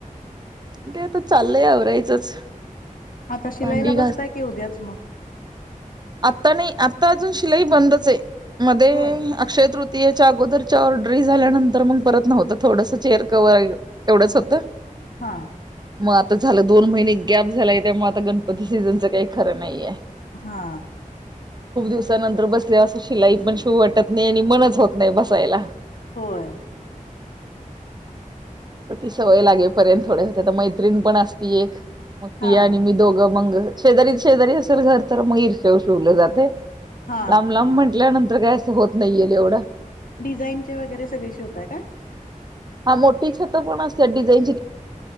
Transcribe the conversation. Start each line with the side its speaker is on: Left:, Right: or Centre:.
Right: ते आता चाललंय आवरायचंच
Left: आता शिलाईला
Right: भांडी
Left: बसताय की उद्याच मग
Right: आता नाही आता अजून शिलाई बंदच आहे मध्ये
Left: होय
Right: अक्षय तृत येच्या अगोदरच्या ऑरड्री झाल्यानंतर मग परत नव्हतं थोडस चेअर कवर एवढंच होतं.
Left: हा.
Right: मग आता झालं दोन महिने गॅप झालाय त्यामुळे आता गणपती सीझनच काही खरं नाहीय.
Left: हा.
Right: खूप दिवसानंतर बसले असं शिलाई पण शिव वाटत नाही आणि मनच होत नाही बसायला.
Left: होय.
Right: सवय लागे पर्यंत थोडेसे तर मैत्रीण पण असती एक मग
Left: हा
Right: ती आणि मी दोघं मग शेजारी शेजारी असेल घर तर मग इर्षेवर शिवलं जातय.
Left: हा
Right: लांब लांब म्हटल्यानंतर काय असं होत नाहीये एवढ
Left: डिझाईनचे वगैरे सगळे शिवताय का?
Right: हा मोठी छत पण असतात. डिझाईन